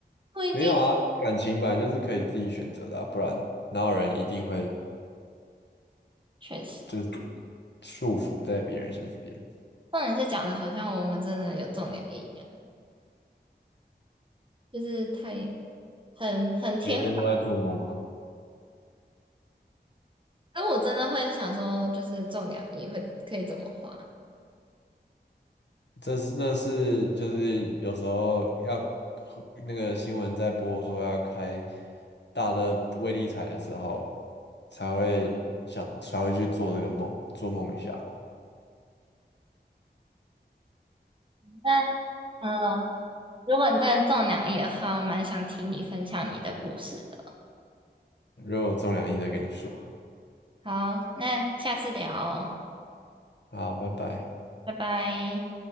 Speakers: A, on the right (about 30°); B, on the left (about 75°).
A: 不一定，
B: 没有啊，感情本来就是可以自己选择的啊不然哪有人一定会
A: 确实。
B: 就是束缚在别人身边，
A: 那你是讲的好像我们真的有中两亿一样，就是太很很天方。
B: 每天都在做梦啊。
A: 那我真的会想说，就是中两亿会可以怎么花？
B: 这是那是就是有时候要那个新闻在播说要开大乐威力彩的时候，才会想才会去做这个梦，做梦一下。
A: 那嗯、呃如果你真的中两亿的话，我蛮想听你分享你的故事的。
B: 如果有中两亿再跟你说，
A: 好，那下次聊哦
B: 好，拜拜。
A: 拜拜。